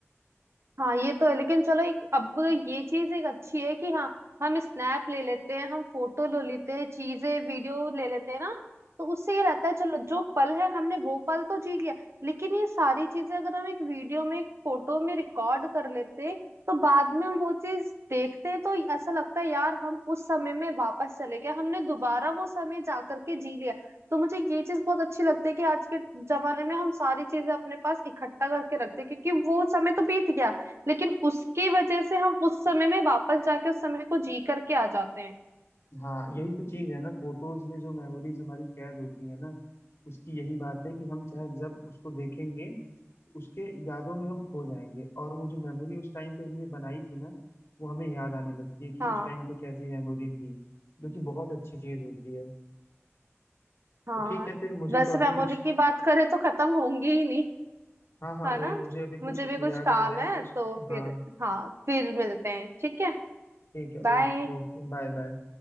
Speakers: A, on the right (about 65°); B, on the left (about 60°).
A: हाँ ये तो है लेकिन चलो एक अब ये चीज एक अच्छी है कि हाँ हम स्नैप ले लेते हैं हम फोटो ले लेते हैं चीजें वीडियो ले लेते हैं ना तो उससे ये रहता है चलो जो पल है हमने वो पल तो जी लिया लेकिन ये सारी चीजें अगर हम एक वीडियो में एक फोटो में रिकॉर्ड कर लेते तो बाद में हम वो चीज देखते हैं तो ऐसा लगता है यार हम उस समय में वापस चले गए हमने दोबारा वो समय जा करके जी लिया तो मुझे ये चीज बहुत अच्छी लगती है कि आज के जमाने में हम सारी चीजें अपने पास इकट्ठा करके रखते हैं क्योंकि वो समय तो बीत गया लेकिन उसकी वजह से हम उस समय में वापस जाके उस समय को जी करके आ जाते हैं
B: हाँ यही तो चीज है ना फोटोज में जो मेमोरीज हमारी कैद होती है ना उसकी यही बात है कि हम चाहे जब उसको देखेंगे उसके यादों में हम खो जाएंगे और वो जो मेमोरी उस टाइम पे हमने बनाई थी ना वो हमें याद आने लगती है कि
A: हाँ
B: उस टाइम पे कैसी मेमोरी थी जो कि बहुत अच्छी चीज होती है
A: हाँ
B: तो ठीक है फिर मुझे
A: वैसे
B: तो अभी
A: मेमोरी
B: कुछ
A: की बात करें तो खत्म होंगी ही नहीं
B: हाँ हाँ
A: है
B: भाई
A: ना
B: मुझे अभी कुछ
A: मुझे भी कुछ
B: याद
A: काम
B: आ गया
A: है
B: कुछ
A: तो फिर
B: हाँ
A: हाँ फिर मिलते हैं ठीक है
B: ठीक है
A: बाय
B: ओके ओके बाय बाय